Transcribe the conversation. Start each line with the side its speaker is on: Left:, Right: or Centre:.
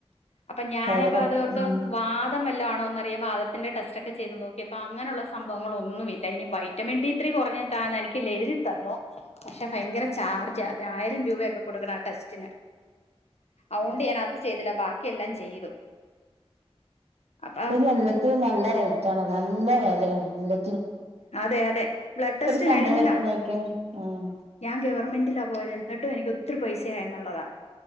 Left: അപ്പൊ ഞാനപ്പ
Right: അങ്ങനെ
Left: അതോർത്തു
Right: ഉം
Left: വാതം വല്ലോ ആ ണോന്നറിയാൻ വാതത്തിന്റെ ടെസ്റ്റ് ഒക്കെ ചെയ്ത് നോക്കിപ്പോ അങ്ങനെയുള്ള സംഭവങ്ങളൊന്നും ഇല്ല ഇനി വൈറ്റമിൻ ഡി ത്രീ കൊറഞ്ഞിട്ടാ ട്ടാന്ന് എനിക്ക് ല് എഴുതി തന്നു പക്ഷെ ഭയങ്കര ചാർജ് അത് ആയിരം രൂപയൊക്കെ കൊടുക്കണം ആ ടെസ്റ്റിന് അവോണ്ട് ഞാൻ അത് ചെയ്തില്ല ബാക്കി എല്ലാം ചെയ്തു അപ്പൊ
Right: പിന്നെ എല്ലാത്തിനും നല്ലാ റേറ്റാണ് നല്ല വെലയാണ് എല്ലാ
Left: അതെ അതെ ബ്ലഡ് ടെസ്റ്റിനെല്ലാം
Right: സംഭവം എടുത്ത് നോക്കിയാലും ഉം
Left: ഞാൻ ഗവർമെന്റിലാ പോയത് എന്നിട്ടും എനിക്ക് ഒത്തിരി പൈസയാന്നോള്ളാതാ